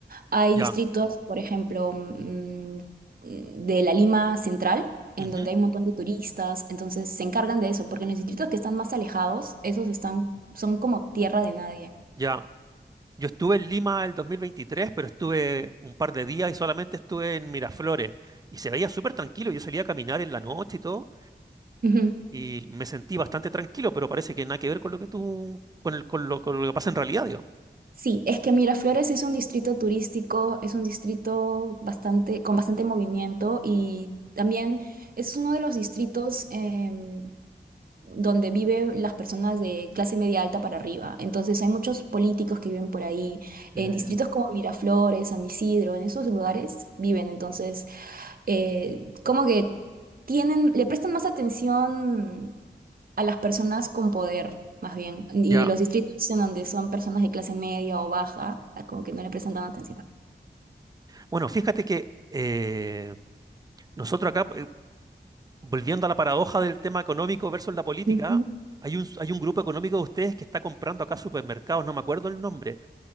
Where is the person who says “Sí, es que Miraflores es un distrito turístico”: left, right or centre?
Right